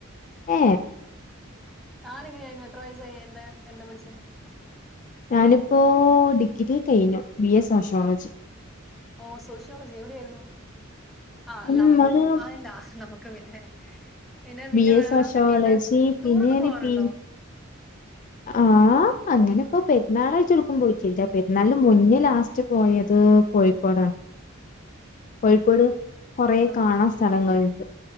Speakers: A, on the left; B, in the centre.
A: ഏ.
B: താൻ എങ്ങനായിരുന്നു എത്ര വയസായി എന്താ എന്താ പഠിച്ചേ?
A: ഞാനിപ്പോ ഡിഗ്രി കഴിഞ്ഞു, ബി എ സോഷ്യോളജി.
B: ഓ സോഷ്യോളജി എവിടെയായിരുന്നു ആല്ല
A: ഉം ഇങ്ങള്
B: അതൊന്നും ആല്ല നമുക്ക് പിന്നെ പിന്നെ പിന്നെ
A: ബി എ
B: വേറെ
A: സോഷ്യോളജി
B: എന്തൊക്കെയുണ്ട്
A: പിന്നെ
B: ടൂറൊക്കെ
A: ഞാന്
B: പോവാറുണ്ടോ
A: പി ആ അങ്ങനെ ഇപ്പോ പെരുന്നാളാഴി പോയിട്ടില്ല പരുന്നാലും മുന്നേ ലാസ്റ്റ് പോയത് കോഴിക്കോടാണ് കോഴിക്കോട് കുറെ
B: ആ
A: കാണാ സ്ഥലങ്ങളൾുണ്ട്